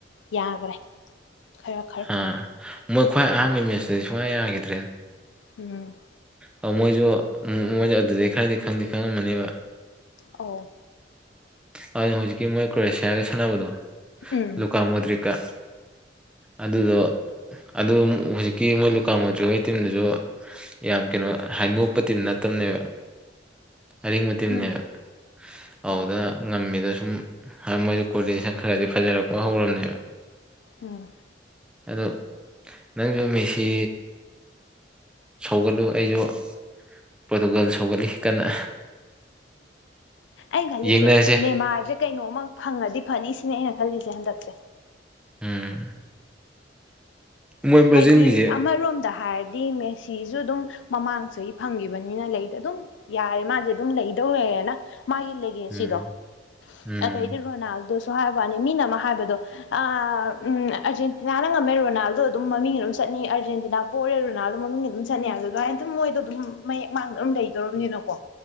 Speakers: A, on the left (about 80°); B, in the centre.
A: ꯌꯥꯈ꯭ꯔꯦ ꯈꯔ ꯈꯔ
B: ꯍꯥ ꯃꯣꯏ ꯈ꯭ꯋꯥꯏ ꯑꯍꯥꯟꯕ ꯃꯤꯁꯤꯗꯤ ꯁꯨꯡꯌꯥ ꯌꯥꯈꯤꯗ꯭ꯔꯦ
A: ꯎꯝ
B: ꯑꯣ ꯃꯣꯏꯁꯨ ꯃꯣꯏꯁꯨ ꯑꯗꯨꯗꯤ ꯈꯔꯗꯤ ꯈꯪꯗꯤꯦ ꯈꯪꯉꯝꯃꯅꯦꯕ
A: ꯑ
B: ꯑꯗꯨꯅ ꯍꯧꯖꯤꯛꯀꯤ ꯃꯣꯏ ꯀ꯭ꯔꯣꯑꯁꯤꯌꯥꯒ ꯁꯥꯟꯅꯕꯗꯣ
A: ꯎꯝ
B: ꯂꯨꯀꯥ ꯃꯣꯗ꯭ꯔꯤꯛꯀ ꯑꯗꯨꯗꯣ
A: ꯎꯝ
B: ꯑꯗꯨ ꯍꯧꯨꯖꯤꯛꯀꯤ ꯃꯣꯏ ꯂꯨꯀꯥ ꯃꯣꯗꯔꯤꯒꯤ ꯇꯤꯝꯗꯨꯁꯨ ꯌꯥꯝ ꯀꯩꯅꯣ ꯍꯥꯏ ꯅꯣꯛꯄ ꯇꯤꯝ ꯅꯠꯇꯕꯅꯦꯕ ꯑꯔꯤꯡꯕ ꯇꯤꯝꯅꯦꯕ
A: ꯎꯝ
B: ꯑꯗꯨꯗ
A: ꯑꯥ
B: ꯝ ꯃꯤꯗ ꯁꯨꯝ ꯃꯣꯏꯗ ꯀꯣꯑꯣꯗꯤꯅꯦꯁꯟ ꯈꯔꯗꯤ ꯐꯖꯔꯛꯄ ꯍꯧꯔꯝꯅꯦꯕ
A: ꯎꯝ
B: ꯑꯗꯣ ꯅꯪꯁꯨ ꯃꯤꯁꯤ ꯁꯧꯒꯠꯂꯨ ꯑꯩꯁꯨ ꯄꯣꯔꯇꯨꯒꯜ ꯁꯧꯒꯠꯂꯤ ꯀꯟꯅ
A: ꯑꯩ ꯈꯜꯂꯤꯁꯦ
B: ꯌꯦꯡꯅꯔꯁꯦ
A: ꯅꯃꯔꯖ ꯀꯩꯅꯣꯝꯃ ꯐꯪꯉꯗꯤ ꯐꯅꯤ ꯁꯤꯅꯦ ꯑꯩꯅ ꯈꯜꯂꯤꯁꯦ ꯍꯟꯗꯛꯁꯦ
B: ꯎꯝ ꯃꯣꯏ ꯕ꯭ꯔꯥꯖꯤꯜꯒꯤꯁꯦ
A: ꯍꯥꯏꯗꯤ ꯑꯃꯔꯣꯝꯗ ꯍꯥꯏꯔꯗꯤ ꯃ ꯁꯤꯤꯁꯨ ꯑꯗꯨꯝ ꯃꯃꯥꯡ ꯆꯍꯤ ꯐꯪꯈꯤꯕꯅꯤꯅ ꯂꯩꯗ ꯑꯗꯨꯝ ꯌꯥꯔꯦ ꯃꯥꯁꯦ ꯑꯗꯨꯝ ꯂꯩꯗꯧ ꯂꯩꯔꯦꯅ ꯃꯥ ꯏꯜꯂꯒꯦ
B: ꯎꯝ
A: ꯁꯤꯗꯣ
B: ꯎꯝ
A: ꯑꯗꯩꯗꯤ ꯔꯣꯅꯥꯜ ꯑꯗꯨꯁꯨ ꯍꯥꯏꯕ ꯋꯥꯅꯤ ꯃꯤꯅ ꯑꯃ ꯍꯥꯏꯕꯗꯣ ꯎ ꯑꯥꯔꯖꯦꯟꯇꯤꯅꯥꯅ ꯉꯝꯃꯦ ꯔꯣꯅꯥꯜꯗꯣ ꯑꯗꯨꯝ ꯃꯃꯤꯡ ꯑꯗꯨꯝ ꯆꯠꯅꯤ ꯑꯔꯖꯦꯟꯇꯤꯅꯥ ꯄꯣꯔꯦ ꯔꯣꯅꯥꯜꯗꯣ ꯃꯃꯤꯡꯒꯤ ꯑꯗꯨꯝ ꯆꯠꯅꯤ ꯑꯗꯨꯥꯏꯅ ꯑꯗꯨꯝ ꯃꯣꯏꯗꯣ ꯑꯗꯨꯝ ꯃꯌꯦꯛ ꯃꯥꯡ ꯂꯩꯗꯧꯔꯕꯝꯅꯤꯅꯣ ꯀꯣ